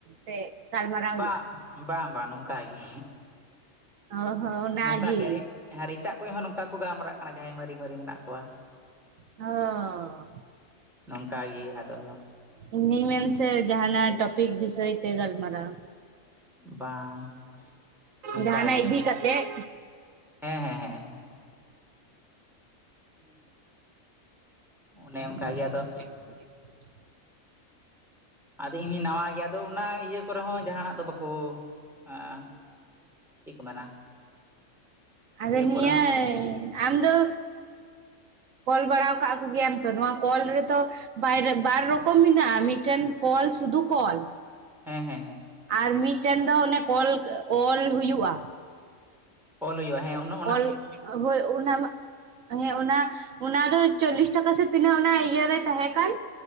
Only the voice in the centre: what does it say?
ᱵᱟᱝ
ᱵᱟᱝ ᱵᱟᱝ ᱱᱚᱝᱠᱟ ᱜᱮ
ᱱᱚᱝᱠᱟ ᱜᱮ ᱟᱨᱮ ᱟᱨ ᱮᱴᱟᱜ ᱠᱚ ᱦᱚᱸ ᱱᱚᱝᱠᱟ ᱠᱚ ᱜᱟᱞᱢᱟᱨᱟᱜ ᱠᱟᱱᱟ ᱡᱟᱦᱟᱸᱭ ᱢᱟᱨᱤ ᱢᱟᱨᱤ ᱢᱮᱱᱟᱜ ᱠᱚᱣᱟ᱾
ᱱᱚᱝᱠᱟ ᱜᱮ ᱟᱫᱚ
ᱵᱟᱝ ᱱᱚᱝᱠᱟ
ᱜᱮ
ᱦᱮᱸ ᱦᱮᱸ ᱦᱮᱸ ᱦᱮᱸ ᱚᱱᱮ ᱚᱱᱠᱟ ᱜᱮ ᱟᱫᱚ
ᱟᱫᱚ ᱤᱧ ᱦᱚᱸᱧ ᱱᱟᱣᱟ ᱜᱮᱭᱟ ᱟᱫᱚ ᱚᱱᱟ ᱤᱭᱟᱹ ᱠᱚᱨᱮ ᱦᱚᱸ ᱡᱟᱦᱟᱱᱟᱜ ᱫᱚ ᱵᱟᱠᱚ ᱮᱸ ᱪᱮᱜᱠᱚ ᱢᱮᱱᱟ ᱤᱭᱟᱹ
ᱠᱚᱨᱮ
ᱦᱚᱸ
ᱦᱮᱸ ᱦᱮᱸ ᱦᱮᱸ
ᱚᱞ ᱦᱩᱭᱩᱜᱼᱟ ᱦᱮᱸ ᱩᱱᱟ